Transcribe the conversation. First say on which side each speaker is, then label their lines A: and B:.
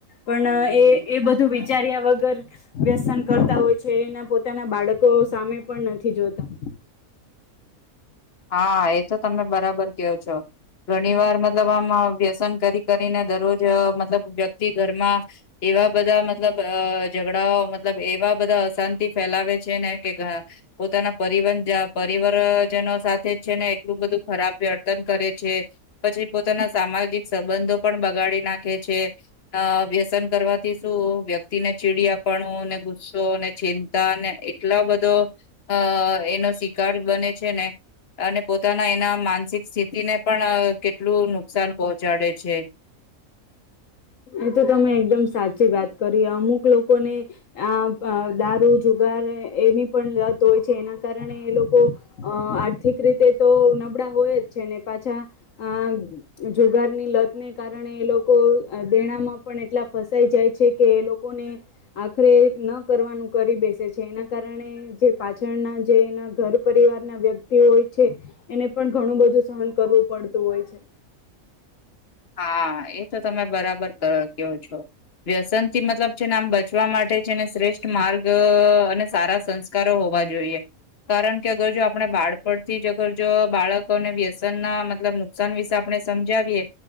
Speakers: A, on the left; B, on the left.
A: પણ
B: હમ.
A: એ એ બધું વિચાર્યા વગર વ્યસન કરતા હોય છે એના પોતાના બાળકો સામે પણ નથી જોતા <inaudible>
B: હા એ તો તમે બરાબર કેહો છો ઘણી વાર મતલબ આમ અ વ્યસન કરી ક રી ને દરરોજ અ મતલબ વ્યક્તિ ઘરમાં એવા બધા મતલબ અ ઝઘડાઓ મતલબ એવા બધા શાંતિ ફેલાવે છે ને કે ઘ પોતાના પરિવન જ પરીવરજનો સા થે છે ને એટલું બધું ખરાબ વ્યર્તન કરે છે પછી પોતાના સામાજિક સંબંધો પણ બગાડે ડી નાખે છે અ વ્યસન કરવાથી શું વ્યક્તિને ચીડીયાપણુ ને ગુસ્સો ને ચિંતા ને એટલો બધો અ એનો શિકાર બને છે ને અને પોતાના એના માનસિક સ્થિતિ ને પણ કેટલું નુકસાન પહોંચાડે છે.
A: એ તો તમે એકદમ સાચી વાત કરી અમુક લોકોને આ અ દારૂ જો દ્વારે એની પણ લત હોય છે એના કારણે એ લોકો અ આર્થિક રીતે તો નબ કપડા હોય જ છે ને પાછા અ જોગારની લત ને કારણે એ લોકો દેણામાં પણ એટલા ફસાઈ જાય છે કે એ લોકોને આખરે ન કરવાનું કરીદે છે એના કારણે જે પાછળના જે એના ઘર પરિવાર ના વ્યક્તિ હોય છે એને પણ ઘણું બધું સહન કરવું પડતું હોય છે.
B: હા એ તો તમે બરાબર કરો કેવો છો વ્યસન થી મતલબ છેને આમ બ ચવા માટે છેને શ્રેષ્ઠ માર્ગ અ અને સારા સંસ્કારો હોવા જોઈએ કારણ કે અગર જો આપણે બાળપણથી જ અગર જો બાળકોને વ્યસ ન ના મતલબ નુકસાન વિશે આપણે સમજાવીએ